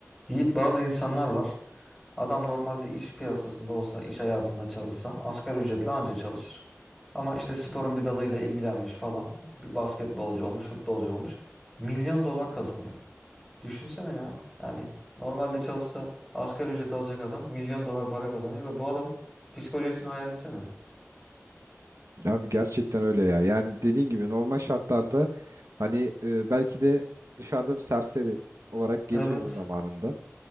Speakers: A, in the centre; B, on the right (about 70°).
A: Yiğit bazı insanlar var. Adam normalde iş piyasasında olsa, iş hayatında çalışsa asgari ücretle anca çalışır. Ama işte sporun bir dalıyla ilgilenmiş falan. Bir basketbolcu olmuş, futbolcu olmuş. Milyon dolar kazanıyor. Düşünsene ya. Yani normalde çalışsa asgari ücret alacak adam milyon dolar para kazanıyor ve bu adam psikolojisini hayal etsene.
B: Abi gerçekten öyle ya. Yani dediğin gibi normal şartlarda hani e, belki de dışarıda bir serseri olarak geziyordu
A: Evet.
B: zamanında.